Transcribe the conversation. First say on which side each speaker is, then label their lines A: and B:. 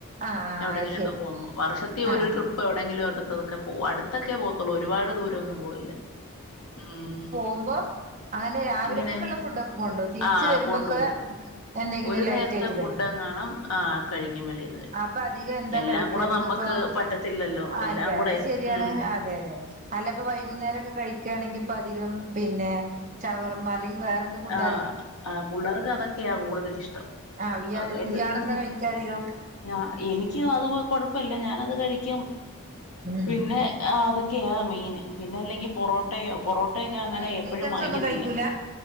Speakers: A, on the right (about 35°); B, on the left (about 80°).
A: ആഹ്
B: എവിടെങ്കിലൊക്കെ
A: ആഹ് അത് ശരി
B: പോകുമ്പോ വർഷത്തി ഒരു
A: ആഹ്
B: ട്രിപ്പ് ഇപ്പൊ എവിടെയെങ്കിലും ഒടുത്തതൊക്കെ പോകും അടുത്തൊക്കെ പോകത്തുള്ളൂ ഒരുപാട് ദൂരമോന്നും പോവലില്ല ഉം
A: മുമ്പ് അങ്ങനെ രാവിലെക്ക്ക്ക്ള്ള
B: ഇങ്ങനെ
A: ഫുഡൊക്കെ കൊണ്ടോവും തിരിച്ചു
B: ആ
A: വരുമ്പോക്കെ
B: കൊണ്ടുപോകും
A: എന്തെങ്കിലും
B: ഒരു
A: ലൈറ്റ്
B: നേരത്തെ
A: ആയിട്ട്
B: ഫുഡ്
A: കഴിക്കും
B: എങ്ങാനും ആ കഴിക്കും വെളിയിൽന്ന്
A: അപ്പൊ അധികം എന്താ
B: എല്ലാം
A: കഴിക്ക
B: കൂടെ
A: അധികപ്പൊ
B: നമ്മക്ക് പറ്റത്തില്ലല്ലോ
A: അഹ്
B: എല്ലാം
A: അല്ലെ
B: കൂടെ
A: അത് ശരിയാണ്
B: ഉം
A: അതെ അതെ അല്ല ഇപ്പൊ വൈകുന്നേരെക്കെ കഴിക്കാണെങ്കി ഇപ്പ അധികം പിന്നെ ഷവർമ്മ അല്ലെങ്കി വേറെന്ത് ഫുഡ്
B: ആഹ് ആഹ് പുള്ളേർക്ക് അതൊക്കെയാ കൂടുതൽ ഇഷ്ടം
A: ആഹ് ഇയാ
B: അതോണ്ട്
A: ഇയാളെന്താ
B: ഉം
A: കഴിക്കാ അധികം
B: ഞ എനിക്ക് അത് കൊഴപ്പല്ല ഞാനത് കഴിക്കും
A: ഉം
B: പിന്നെ ആഹ് അതൊക്കെയാ മെയിൻ പിന്നെ അല്ലെങ്കിൽ പൊറോട്ടയോ പൊറോട്ടയൊക്കെ അങ്ങനെ
A: റൈസ്
B: എപ്പഴും
A: ഐറ്റംസ്
B: വാങ്ങിക്കത്തില്ല
A: ഒന്നും കഴിക്കൂല